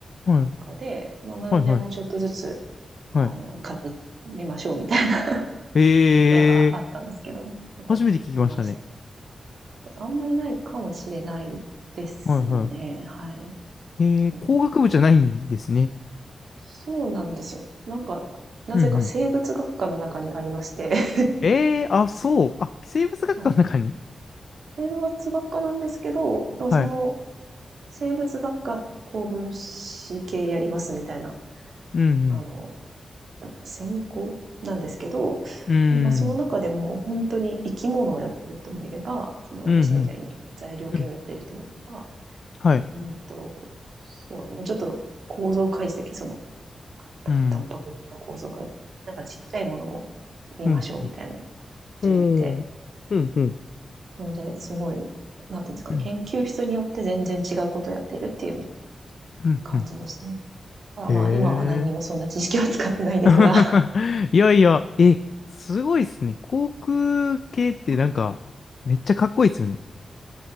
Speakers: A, on the left; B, on the right.
A: はい
B: 学科で、まあ何でもちょっとずつ、
A: はいはい。はい。
B: あの、かじりましょうみたい
A: ええー、
B: な学科があったんですけど、そこにいました。
A: 初めて聞きましたね。
B: あんまりないかもしれないですね。
A: はいは
B: はい。
A: い。ええー、
B: うん、
A: 工学部じゃないんですね。
B: そうなんですよ。なんか、なぜか生物学科の中にありまして、
A: うんうん。
B: <laughs>
A: ええー、あ、そう。あ、生物学科の中に。
B: はい。生物学科なんですけど、でもその、
A: はい。
B: 生物学科高分子系やりますみたいな、
A: うん
B: あの、専攻なんですけど、
A: うん。うん。
B: まあその中でも本当に生き物をやってる人もいれば、その私みたいに材料系をやってる人もいれば、
A: うんうん。うん。はい。
B: うんと、そうですね、もうちょっと構造解析、そのかたタンパク質の構造解析、
A: うん。
B: なんかちっちゃいものを見ましょうみたいな人たちもいて、
A: うん。おー。うんうん。
B: なので、すごい、なんていうんですかね、
A: うん。
B: 研究室によって全然違うことをやっているっていう
A: うんうん。
B: 感じでしたね。ただまあ、
A: へえ。
B: 今は何にもそんな知識は使ってないですが、
A: <laughs> いやいや、え、すごいっすね。航空系ってなんか、
B: <laughs> まあ、
A: めっちゃかっこいいっすよね。